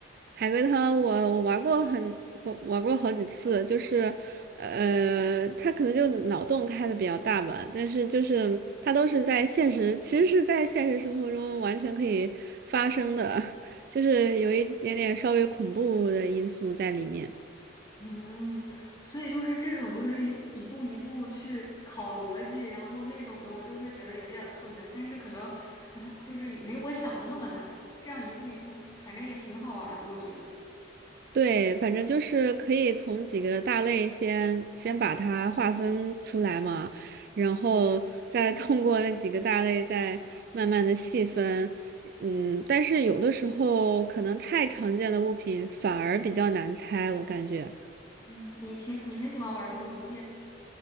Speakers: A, on the right (about 55°); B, on the left (about 20°).
A: 海龟汤我我玩过很我玩过好几次，就是呃，他可能就脑洞开的比较大吧，但是就是他都是在现实，其实是在现实生活中完全可以发生的，<laughs> 就是有一点点稍微恐怖的因素在里面。
B: 嗯，所以就是这种，就是一步一步去考逻辑，然后那种的我就会觉得有一点儿困难，但是可能，呃就是也没我想的那么难。这样一步一步，反正也挺好玩儿的，我觉得。
A: 对，反正就是可以从几个大类先先把它划分出来嘛，然后再通过那几个大类再慢慢的细分。嗯，但是有的时候可能太常见的物品反而比较难猜，我感觉。
B: 嗯，你挺你很喜欢玩儿这个游戏。